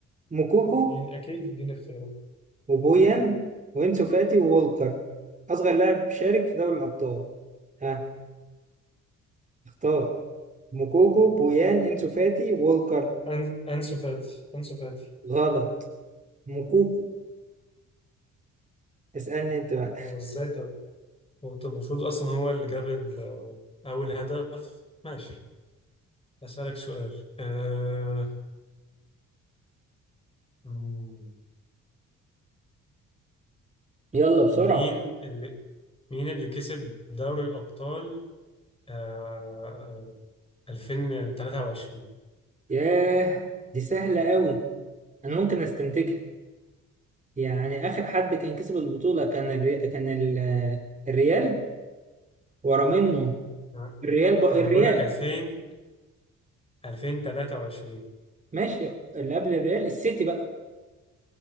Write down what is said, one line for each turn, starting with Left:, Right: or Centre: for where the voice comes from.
Right: موكوكو
Left: اديني اكيد اديني اختيارات
Right: وبويان وانسو فاتي وولكر اصغر لاعب شارك في دوري الابطال ها اختار موكوكو بويان انسو فاتي وولكر
Left: أن... انسو فاتي انسو فاتي
Right: غلط موكوكو اسألني انت بقى
Left: هو ازاي طب هو طب المفروض أصلا هو اللي جاب ال- أول هدف ماشي أسألك سؤال أه... مم،
Right: يلا بسرعة
Left: مين اللي مين اللي كسب دوري الأبطال آه، 2023
Right: ياه دي سهلة قوي انا ممكن استنتجها يعني اخر حد كان كسب البطوله كان الري... كان ال... الريال ورا منه
Left: آه،
Right: الريال بقى
Left: انا
Right: الريال
Left: بقول لك 2000 2023
Right: ماشي اللي قبل الريال السيتي بقى